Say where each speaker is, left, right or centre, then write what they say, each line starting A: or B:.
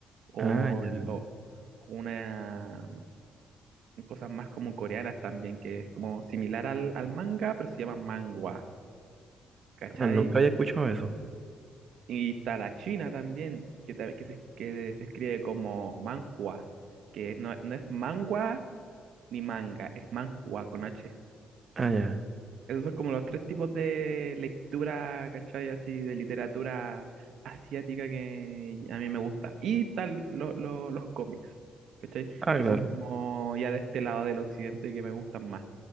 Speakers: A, on the right; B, on the right.
A: o,
B: Ah, ya.
A: el- o- o una mm, cosas más como coreanas también, que es como similar al, al manga, pero se llama manhwa, ¿cachai?
B: Ah, nunca había escuchado eso.
A: Y está la china también, que, ta- que, se, que se escribe como manhua, que es- no, no es manhwa ni manga, es manhua con H.
B: Ah, ya.
A: Esos son como los tres tipos de lectura, ¿cachai? Así de literatura asiática que a mí me gusta. Y tal lo- lo- los cómics, ¿cachai?
B: Ah,
A: Que
B: claro.
A: son como ya de este lado del occidente que me gustan más.